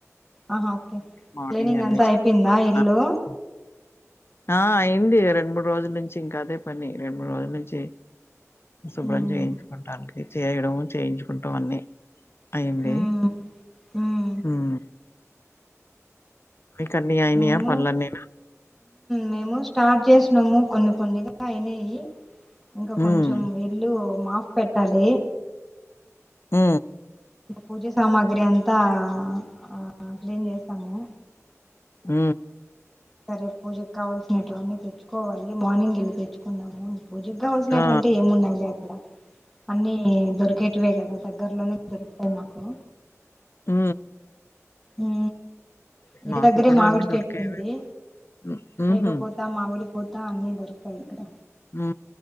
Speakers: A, in the centre; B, on the left (about 45°).
A: ఆ ఓకే
B: మార్నింగ్
A: క్లీనింగ్
B: అన్ని
A: అంతా అయిపోయిందా
B: చే
A: ఇల్లు
B: ఆ అయింది రెం మూడు రోజుల నుంచి ఇంకా అదే పని రెండు మూడు రోజుల నుంచి శుభ్రం
A: ఉమ్
B: చేయించుకోవటడానికి చేయడంము చేయించుకుంటం అన్నీ అయింది,
A: ఉమ్ ఉమ్
B: హ్మ్ మీకన్నీ అయినియా
A: మేము
B: పనులన్నీను?
A: మేము స్టార్ట్ చేసినాము కొన్ని కొన్నిగా అయినాయి ఇంకా
B: హ్మ్.
A: కొంచెం ఇల్లు మాఫ పెట్టాలి
B: ఉ
A: పూజ సామాగ్రి అంతా ఆ క్లీన్ చేస్తాము
B: ఉ
A: రే పూజకు కావాల్సినటువన్నీ తెచ్చుకోవాలి మార్నింగ్ వెళ్ళి తెచ్చుకున్నాము పూజగావలసినటువంటి
B: ఆ!
A: ఏము ఉన్నాలే అక్కడ అన్ని దొరికేటివే కదా దగ్గర్లోనే దొరుకుతాయి మాకు
B: ఉ
A: ఉ ఇంటి
B: మాకు
A: దగ్గరే
B: కూడా
A: మామిడి
B: అన్నీ దొరికేవే.
A: చెట్టు ఉంది
B: హ్మ్. హుహు.
A: లేకపోతే మామిడి పోతే అన్ని దొరుకుతాయి ఇక్కడ
B: ఉ